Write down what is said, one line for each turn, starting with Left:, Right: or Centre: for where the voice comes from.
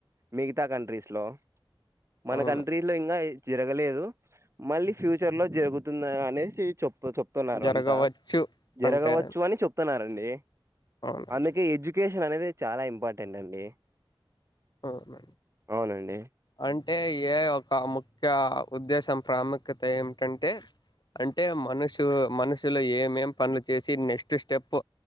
Right: మిగతా కంట్రీస్లో మన
Left: అవును
Right: కంట్రీ లో ఇంకా ఇది జరగలేదు. మళ్ళీ ఫ్యూచర్ లో జరుగుతుంది అనేసి చెప్ చెప్తున్నారు
Left: జరగవచ్చు
Right: అంతా జరగవచ్చు
Left: అంటే
Right: అని చెప్తున్నారండి.
Left: అవునండి
Right: అందుకే ఎడ్యుకేషన్ అనేది చాలా ఇంపార్టెంట్ అండి.
Left: అవున
Right: అవునండి
Left: అం అంటే ఏఐ ఒక ముఖ్య ఉద్దేశం ప్రాముఖ్యత ఏమిటంటే అంటే మనుషు మనుషులు ఏమేం పనులు చేసి నెక్స్ట్ స్టెప్